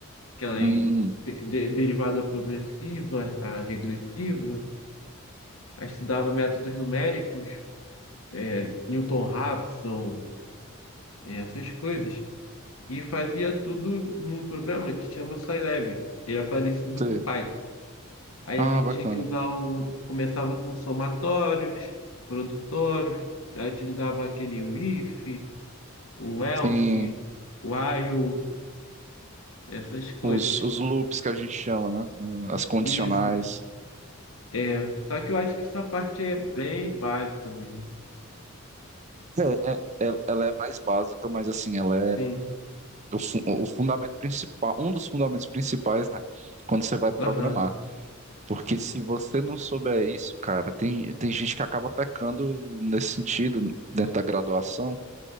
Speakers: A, on the left; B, on the right.
A: que ela
B: Hum,
A: é de- de- derivada progressiva, a regressiva. Aí estudava métodos numéricos, é, Newton-Raphson é, essas coisas. E fazia tudo num programa que chama Scilab. Ele é parecido
B: sei.
A: com Python. Aí
B: Ah,
A: a gente
B: bacana.
A: tinha que usar o. Começava com somatórios, produtórios, aí utilizava aquele o if, o else,
B: Sim,
A: o while, essas coisas.
B: os, os loops que a gente chama, né? As condicionais.
A: Isso, é. Só que eu acho que essa parte é bem básica mesmo.
B: É, é, ela ela é mais básica, mas assim, ela
A: Sim.
B: o, fu- o fundamento principal, um dos fundamentos principais, né? Quando você vai programar.
A: Aham,
B: Porque se você não souber isso, cara, tem, tem gente que acaba pecando nesse sentido, dentro da graduação,